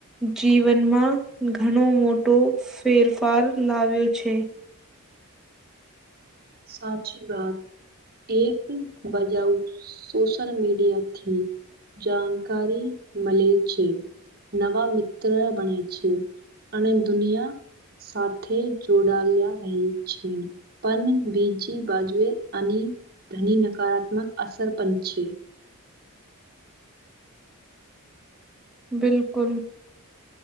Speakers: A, in the centre; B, on the right (about 45°).
A: જીવનમાં ઘણો મોટો ફેરફાર લાવ્યો છે.
B: સાચી વાત એક બજાવ સોશલ મીડિયા થી જાણકારી મળે છે. નવા મિત્ર બણે છે અને દુનિયા સાથે જોડલા રહી છે પણ બીજી બાજુએ અને ધની નકારાત્મક અસર પણ છે.
A: બિલકુલ